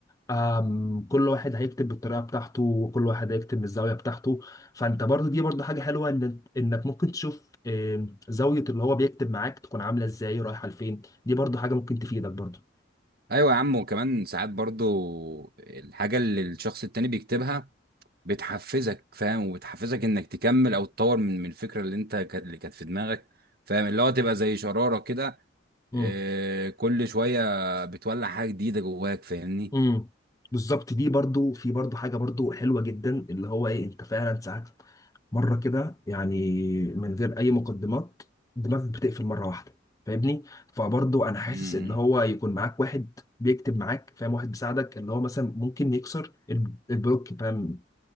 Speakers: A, on the left; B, on the right.
A: آم، كل واحد هيكتب بالطريقه بتاعته وكل واحد هيكتب من الزاويه بتاعته فانت برضه دي برضه حاجه حلوه ان انك ممكن تشوف آم، زاويه اللي هو بيكتب معاك تكون عامله ازاي رايحه لفين دي برضه حاجه ممكن تفيدك برضه
B: ايوه يا عم وكمان ساعات برضو الحاجه اللي الشخص التاني بيكتبها بتحفزك فاهم وبتحفزك انك تكمل او تطور من من الفكره اللي انت كانت اللي كانت في دماغك فاهم اللي هو تبقى زي شراره كده
A: امم
B: آه، كل شويه بتولع حاجه جديده جواك فاهمني
A: امم بالظبط دي برضو في برضو حاجه برضو حلوه جدا اللي هو ايه انت فعلا ساعات مره كده يعني من غير اي مقدمات دماغك بتقفل مره واحده فاهمني فبرضو انا حاسس
B: امم
A: ان هو يكون معاك واحد بيكتب معاك فاهم واحد بيساعدك اللي هو مثلا ممكن يكسر الب- البلوك فاهم